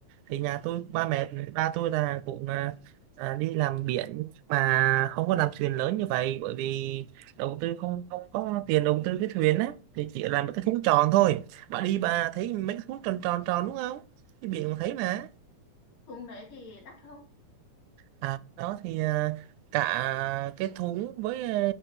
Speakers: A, on the right (about 85°); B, on the left (about 65°).
A: thì nhà tôi ba mẹ ba tôi là cũng à, à, đi làm biển nhưng mà không có làm thuyền lớn như vậy bởi vì đầu tư không không có tiền đầu tư cái thuyền á thì chỉ làm một cái thúng tròn thôi bà đi bà thấy mấy cái thúng tròn tròn tròn đúng không cái biển cũng thấy mà
B: xuống đấy thì đắt không
A: à, đó thì à, cả cái thúng với à,